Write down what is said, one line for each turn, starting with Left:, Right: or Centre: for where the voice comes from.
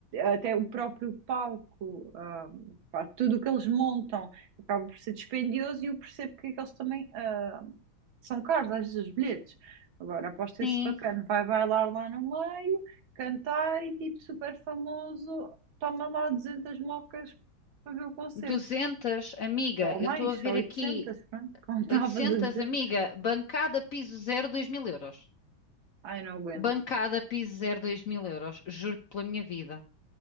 Right: até o próprio palco, ahm, pá, tudo o que eles montam acaba por ser dispendioso e eu percebo porque é que eles também ah, são caros, às vezes, os bilhetes. Agora, aposto esse
Left: Sim,
Right: bacana, vai bailar lá no meio, cantar e tipo super famoso, toma lá 200 mocas para ver o concerto,
Left: 200, amiga.
Right: ou
Left: Eu
Right: mais,
Left: estou a ver
Right: ou 800,
Left: aqui
Right: pronto, como <laughs> estavas
Left: 800,
Right: a dizer.
Left: amiga. Bancada piso zero dois mil euros.
Right: Ai, não aguento,
Left: Bancada piso zero dois mil euros. Juro-te pela minha vida.